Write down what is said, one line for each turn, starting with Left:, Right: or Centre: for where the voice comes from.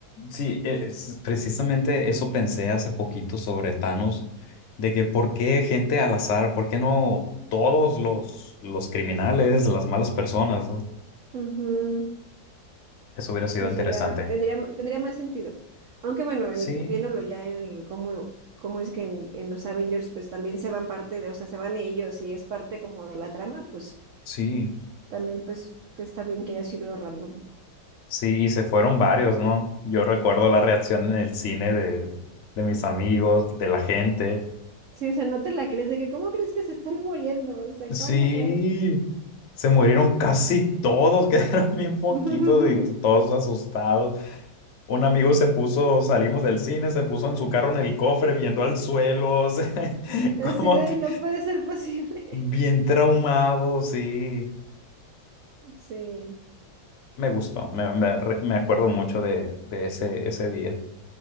Left: Sí, e, es- precisamente eso pensé hace poquito sobre Thanos, de que por qué gente al azar, por qué no todos los, los criminales, las malas personas, ¿no?
Right: Ujú,
Left: Eso hubiera
Right: Sí,
Left: sido interesante.
Right: sería, tendría, tendría más sentido. Aunque bueno, en-
Left: Sí,
Right: viéndolo ya en el- cómo, cómo es que en, en los Avengers, pues también se van parte de, o sea, se van ellos y es parte como de la trama, pues
Left: sí,
Right: también pues, pues, está bien que haya sido random.
Left: sí, y se fueron varios, ¿no? Yo recuerdo la reacción en el cine de, de mis amigos, de la gente.
Right: Sí, o sea, no te la crees de que cómo crees que se están muriendo, o sea,
Left: Sí,
Right: ¿cómo crees?
Left: se murieron casi todos, <laughs> quedaron bien poquitos
Right: <laughs>
Left: y todos asustados. Un amigo se puso, salimos del cine, se puso en su carro en el cofre viendo al suelo, <laughs> o sea,
Right: Así
Left: como
Right: de
Left: tr-
Right: no puede ser posible.
Left: bien
Right: <laughs>
Left: traumado, sí.
Right: Sí,
Left: Me gustó, me, me re- me acuerdo mucho de, de ese, ese día.